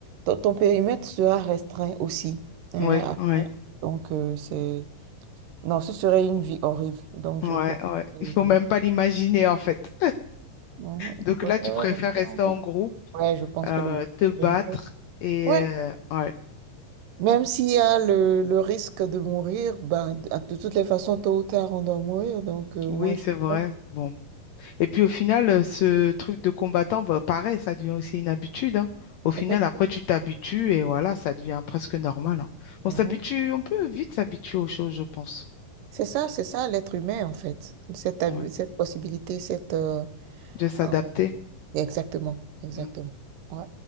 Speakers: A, on the right; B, on the left.
A: ton- ton périmètre sera restreint aussi. hein,
B: ouais, ouais,
A: donc, euh, c'est... Non, ce serait une vie horrible. Donc,
B: ouais,
A: je préfère...
B: ouais.
A: Mhm.
B: Il faut même pas l'imaginer, en fait.
A: Mhm.
B: Donc
A: Je préfère
B: là, tu préfères
A: rester
B: rester
A: en couple.
B: en groupe,
A: Ouais, je pense
B: euh,
A: que le groupe
B: te battre
A: serait mieux.
B: et
A: Ouais.
B: euh, ouais,
A: Même s'il y a le, le risque de mourir, ben, de, de toutes les façons, tôt ou tard, on doit mourir. Donc, euh,
B: oui,
A: moi, je...
B: c'est
A: suis
B: vrai.
A: pas...
B: Bon. Et puis au final, euh, ce truc de combattant, bah, pareil, ça devient aussi une habitude, hein. Au final,
A: Effectivement.
B: après, tu t'habitues et voilà, ça devient presque normal, hein. On
A: Mhm.
B: s'habitue, on peut vite s'habituer aux choses, je pense.
A: C'est ça, c'est ça l'être humain, en fait. Cette, hab-
B: Ouais.
A: cette possibilité, cette... euh,
B: De s'adapter,
A: ah, Exactement, exactement.
B: mm,
A: Ouais.